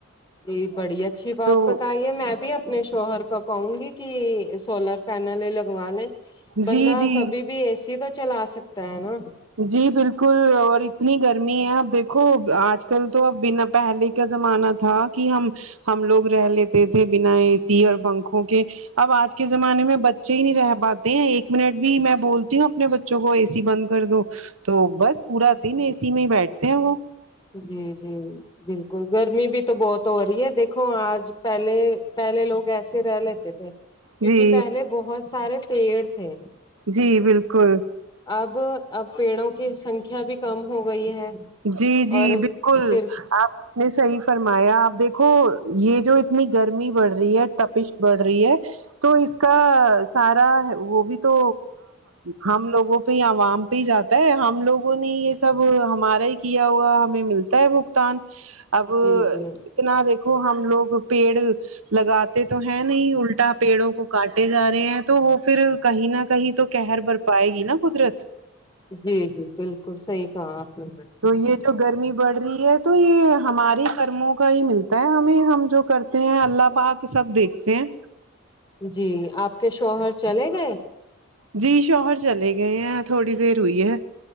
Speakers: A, on the left (about 20°); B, on the right (about 80°).
A: یہی بڑی اچھی بات
B: تو
A: بتائیے میں اب اپنے شوہر کا کہوں گی کہ سولر پینل لگوالے بندہ
B: جی جی
A: کبھی بھی اے سی تو چلا سکتا ہے نا
B: جی بالکل اور اتنی گرمی ہے اب دیکھو اج کل تو اب بنا پہلے کا زمانہ تھا کہ ہم ہم لوگ رہ لیتے تھے بنا اے سی اور پنکھوں کے اب آج کے زمانے میں بچے ہی نہیں رہ پاتے ہیں ایک منٹ بھی میں بولتی ہوں اپنے بچوں کو اے سی بند کر دو تو بس پورا دن اے سی میں ہی بیٹھتے ہے وہ
A: جی جی بالکل گرمی بھی تو بہت ہو رہی ہے دیکھو اج پہلے پہلے لوگ ایسے رہ لیتے رہتے تھے کیوکہ
B: جی
A: پہلے بہت سارے پیڑ تھے
B: جی بالکل
A: اب اب پیڑوں کی سنکھیا بھی کم ہو گئی ہے
B: جی جی
A: اور
B: بالکل
A: پھر
B: اپ نے صحیح فرمایا اپ دیکھو یہ جو اتنی گرمی بڑھ رہی ہے تپش بڑھ رہی ہے تو اس کا سارا وہ بھی تو ہم لوگوں پہ عوام بھی جاتا ہے ہم لوگوں نے یہ سب ہمارے نی کیا ہوا ہمیں ملتا ہے بگتان اب
A: جی جی
B: اتنا دیکھو ہم لوگ پیڑ لگاتے تو ہے نہیں الٹا پیڑوں کو کاٹے جا رہے ہیں تو وہ پھر کہیں نہ کہیں تو قہر بھر پائیں گی نہ قدرت
A: جی جی بالکل صحیح کہا اپ نے
B: تو یہ جو گرمی بڑھ رہی ہے تو یہ ہمارے کرموں کا ہی ملتا ہے ہمیں ہم جو کرتے ہے اللہ پاک سب دیکھتے ہیں
A: جی اپ کے شوہر چلے گئے
B: جی شوہر چلے گئے ہے تھوڑی دیر ہوئی ہے